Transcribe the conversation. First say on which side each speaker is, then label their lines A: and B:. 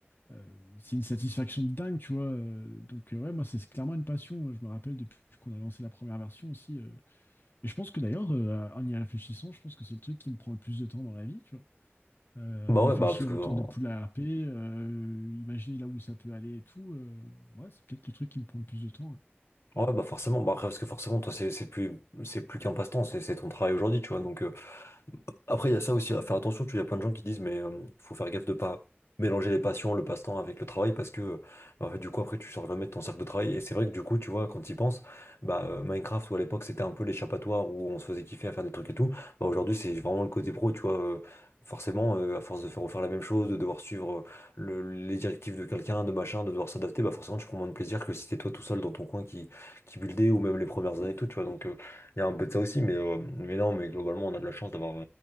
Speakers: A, on the left; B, on the left.
A: euh, c'est une satisfaction de dingue, tu vois. Euh, Donc, euh, ouais, moi, c'est clairement une passion. euh, Je me rappelle depuis qu'on a lancé la première version aussi. euh. Et je pense que d'ailleurs, euh, en y réfléchissant, je pense que c'est le truc qui me prend le plus de temps dans la vie, tu vois. Euh,
B: Bah
A: réfléchir
B: ouais, bah parce que
A: autour
B: ouais,
A: de Poula RP, euh, imaginer là où ça peut aller et tout. euh, ouais, c'est peut-être le truc qui me prend le plus de temps.
B: bah forcément, bah après, parce que forcément, toi, c'est c'est plus c'est plus qu'un passe-temps, c'est c'est ton travail aujourd'hui, tu vois. Donc, euh, Après, il y a ça aussi à faire attention. Tu vois, il y a plein de gens qui disent, mais euh, faut faire gaffe de pas mélanger les passions, le passe-temps avec le travail, parce que euh, en fait, du coup, après, tu sors jamais de ton cercle de travail. Et c'est vrai que du coup, tu vois, quand tu y penses, bah, euh, Minecraft, où à l'époque, c'était un peu l'échappatoire où on se faisait kiffer à faire des trucs et tout, bah, aujourd'hui, c'est vraiment le côté pro, tu vois. euh, forcément, euh, à force de faire refaire la même chose, de devoir suivre euh, le- les directives de quelqu'un, de machin, de devoir s'adapter, bah, forcément, tu prends moins de plaisir que si t'es toi tout seul dans ton coin qui, qui buildait, ou même les premières années et tout, tu vois. Donc, euh, il y a un peu de ça aussi, mais, euh, mais non, mais globalement, on a de la chance d'avoir